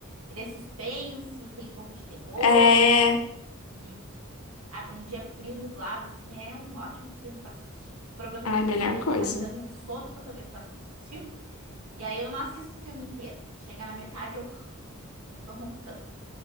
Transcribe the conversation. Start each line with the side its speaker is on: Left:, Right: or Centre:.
Right: Ele é suspense, tem um pouco de terror,
Left: É.
Right: né? Ah, para um dia frio, nublado, assim, é um ótimo filme para assistir. O problema
Left: Ai,
Right: é que ultimamente
Left: melhor coisa.
Right: tá me dando um sono toda vez que eu assisto esse filme, e aí eu não assisto o filme inteiro. Chega na metade, eu <laughs> já tô roncando.